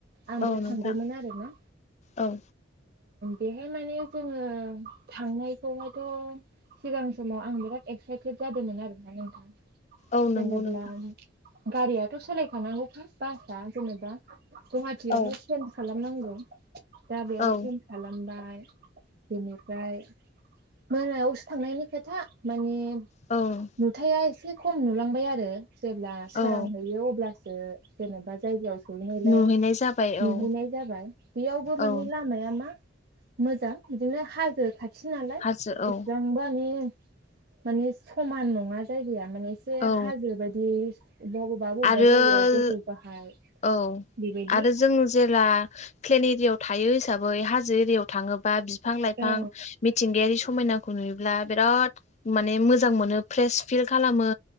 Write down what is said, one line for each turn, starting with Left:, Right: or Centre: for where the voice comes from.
Right: आं
Left: औ
Right: बेयाव थांदोंमोन
Left: नोंथां
Right: आरोना।
Left: औ
Right: बेहाय माने जोङो थांनायखौहायथ'नो सिगां समाव आं बिराद एक्साइटेड जादोंमोन आरोना नोंथां।
Left: औ नंगौ
Right: जेनेब्ला
Left: नोंथां।
Right: गारियाथ' सोलायखानांगौखा बासआ जेनेबा गहा टियावहाय
Left: औ
Right: बेवहाय सेन्ज खालामनांगौ दा बेयाव
Left: औ
Right: सेनस खालामबाय बेनिफ्राय मोनायावसो थांनायनि खोथा माने
Left: औ
Right: नुथाया एसे खम नुलांबाय आरो जेब्ला सोरांहैयो
Left: औ
Right: अब्ला सो जेनेबा जायगायाव सहैनायलाय
Left: नुहैनाय जाबाय
Right: नुहैनाय
Left: औ
Right: जाबाय बेयावबो मानि
Left: औ
Right: लामाया मा मोजां बिदिनो हाजो खाथि नालाय
Left: हाजो औ
Right: इसिबां मानि माने समान नङा जायगाया माने एसे
Left: औ
Right: हाजो बायदि अबबा अब
Left: आरो
Right: बा जायगायाव गोजौ गाहाय
Left: औ
Right: बेबायदि
Left: आरो जों जेला प्लेन एरियाव थायो हिसाबै हाजो एरियाव थाङोबा बिफां लाइफां
Right: औ
Left: मिथिंगायारि समायना नुयोब्ला बिराद माने मोजां मोनो फ्रेस फिल खालामो